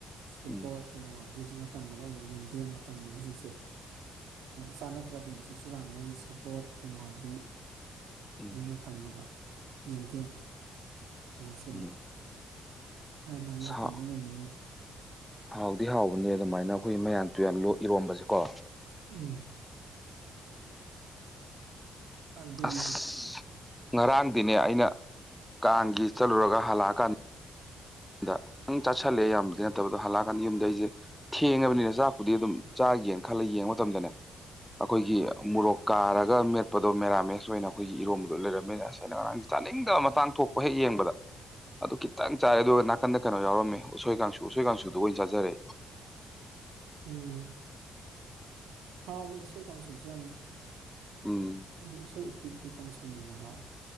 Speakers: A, on the right; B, in the centre.
A: ꯁꯦꯕꯣꯠ
B: ꯎꯝ
A: ꯇꯩꯅ ꯋꯥꯝꯕꯤꯁꯨ ꯃꯇꯝꯅꯤꯕ ꯑꯃꯨꯛ ꯌꯦꯟꯗꯦꯝ ꯃꯇꯝꯅꯤꯕ ꯍꯧꯖꯤꯛꯁꯦꯌꯥꯝ ꯆꯅ ꯅꯠꯇ꯭ꯔ ꯑꯗꯨꯝꯁꯨ ꯆꯨꯔꯥꯥꯟꯃꯩ ꯁꯦꯄꯣꯠ ꯇꯔꯋꯥꯡꯕꯤ
B: ꯎꯝ
A: ꯃꯣꯏ ꯃꯇꯝꯅꯦꯕ ꯌꯦꯟꯗꯦꯝ ꯍꯧꯖꯤꯛꯁꯦ
B: ꯎꯝ
A: ꯑꯃꯨꯛ ꯃ ꯃꯥꯥꯏ
B: ꯁꯥ
A: ꯃꯇꯝꯗꯨ ꯂꯩꯅꯩꯅꯦ
B: ꯍꯥꯎꯗꯤ ꯍꯥꯎꯕꯅꯦ ꯑꯗꯨꯃꯥꯏꯅ ꯑꯩꯈꯣꯏ ꯃꯌꯥꯟ ꯇꯨꯌꯥꯟ ꯏꯔꯣꯝꯕꯁꯦꯀꯣ
A: ꯎꯝ ꯑꯗꯨꯅꯤ
B: ꯑꯁ ꯉꯔꯥꯡꯗꯤꯅꯦ ꯑꯩꯅ ꯀꯥꯡꯒꯤ ꯆꯠꯂꯨꯔꯒ ꯍꯜꯂꯛꯑꯀꯥꯟ ꯗ ꯈꯤꯇꯪ ꯆꯥꯁꯤꯜꯂꯦ ꯌꯥꯝꯕꯗꯤ ꯅꯠꯇꯕ ꯍꯜꯂꯛꯑꯀꯥꯟꯗ ꯌꯨꯝꯗ ꯑꯩꯁꯦ ꯊꯦꯡꯉꯅꯤꯅ ꯆꯥꯛꯄꯨꯗꯤ ꯑꯗꯨꯝ ꯆꯥ ꯌꯦꯡ ꯈꯜꯂꯒ ꯌꯦꯡꯕ ꯃꯇꯝꯗꯅꯦ ꯑꯩꯈꯣꯏꯒꯤ ꯃꯣꯔꯣꯛ ꯀꯥꯔꯒ ꯃꯦꯠꯄꯗꯣ ꯃꯦꯔꯥꯃꯦꯁ ꯑꯣꯏꯅ ꯑꯩꯈꯣꯏꯒꯤ ꯏꯔꯣꯝꯕꯗꯣ ꯂꯩꯔꯝꯃꯤꯅ ꯑꯁ ꯑꯩꯅ ꯉꯔꯥꯡꯁꯦ ꯆꯥꯅꯤꯡꯗꯕ ꯃꯇꯥꯡ ꯊꯣꯛꯄ ꯍꯦꯛ ꯌꯦꯡꯕꯗ ꯑꯗꯨ ꯈꯤꯇꯪ ꯆꯥꯏꯔꯦ ꯑꯗꯨ ꯅꯥꯀꯟꯗ ꯀꯩꯅꯣ ꯌꯥꯎꯔꯝꯃꯦ ꯎꯁꯣꯏ ꯀꯥꯡꯁꯨ ꯎꯁꯣꯏ ꯀꯥꯡꯁꯨꯗꯣ ꯑꯣꯏꯅꯥ ꯆꯥꯖꯔꯦ꯫
A: ꯎꯝ ꯍꯥꯎꯏ ꯎꯁꯦꯏ ꯀꯥꯡꯁꯨꯁꯨ ꯌꯥꯝꯅ
B: ꯎꯝ
A: ꯑꯩꯗꯤ ꯎꯁꯣꯏ ꯎꯇꯤ ꯕꯨꯗꯤ ꯀꯥꯡꯁꯨꯅ ꯍꯦꯟꯅ ꯍꯥꯎꯋꯦ